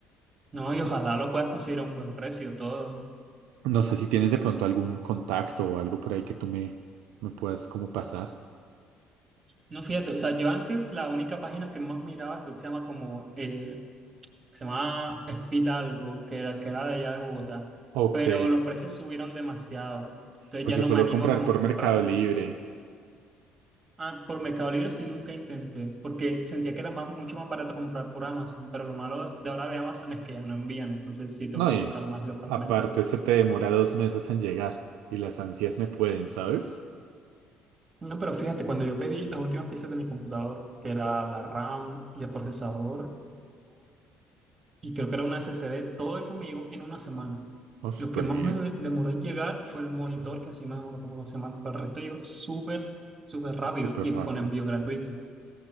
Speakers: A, on the right; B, on the right.
A: No, y ojalá lo puedas conseguir a un buen precio todo.
B: No sé si tienes de pronto algún contacto o algo por ahí que tú me, me puedas como pasar.
A: No, fíjate, o sea, yo antes la única página que más miraba creo que se llama como, eh, que se llamaba Espita algo, que era, que era de allá de Bogotá,
B: Ok,
A: pero los precios subieron demasiado, entonces
B: pues
A: ya
B: yo
A: no
B: suelo
A: me animo
B: comprar
A: a como
B: por
A: comprar
B: Mercado Libre.
A: ah, por Mercado Libre si nunca intenté, porque sentía que era más, mucho más barato comprar por Amazon, pero lo malo de ahora de Amazon es que ya no envían, entonces sí toca
B: No, y
A: buscar más localmente.
B: aparte se te demora dos meses en llegar y las ansias me pueden, ¿sabes?
A: No, pero fíjate, cuando yo pedí las últimas piezas de mi computador, que era la RAM y el procesador, y creo que era una SSD, todo eso me llegó en una semana.
B: Oh, súper
A: Lo que más
B: bien,
A: me de- demoró en llegar fue el monitor, que así me demoró como dos semanas, pero el resto llegó súper, súper rápido
B: súper
A: y
B: rápido.
A: con envío gratuito.